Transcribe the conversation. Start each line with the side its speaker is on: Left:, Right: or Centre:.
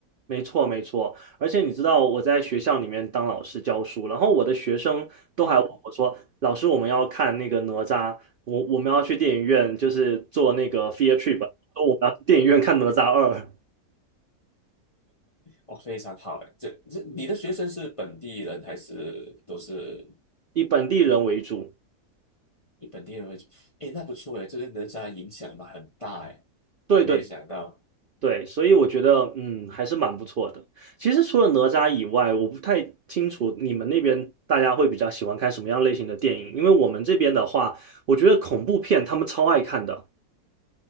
Right: 没错，没错，而且你知道我在学校里面当老师教书，然后我的学生都还问我说：
Left: 嗯。
Right: “老师，我们要看那个哪吒，我我们要去电影院，就是做那个 field trip，啊说我们要去电影院看哪吒二，
Left: 哦，非常好哎，这这你的学生是本地人还是都是
Right: 以本地人为主。”
Left: 你本地人会？哎，那不错哎，这个人才影响嘛很大哎，
Right: 对对
Left: 我没有想到。
Right: 对，所以我觉得嗯还是蛮不错的。其实除了哪吒以外，我不太清楚你们那边大家会比较喜欢看什么样类型的电影，因为我们这边的话，我觉得恐怖片他们超爱看的。